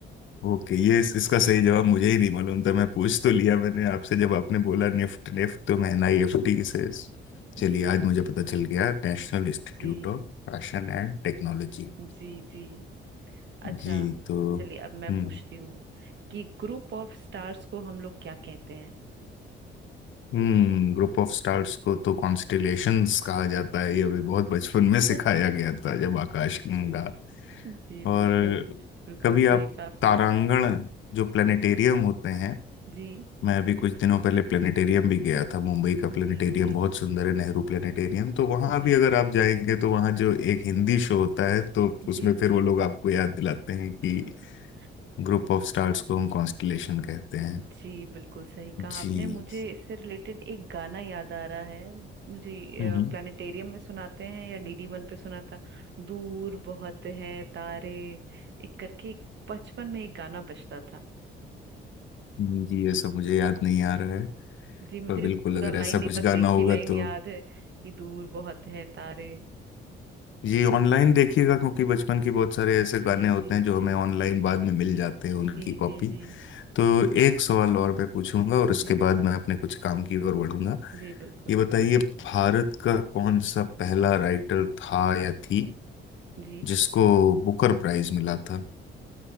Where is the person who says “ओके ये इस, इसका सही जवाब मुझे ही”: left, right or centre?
Left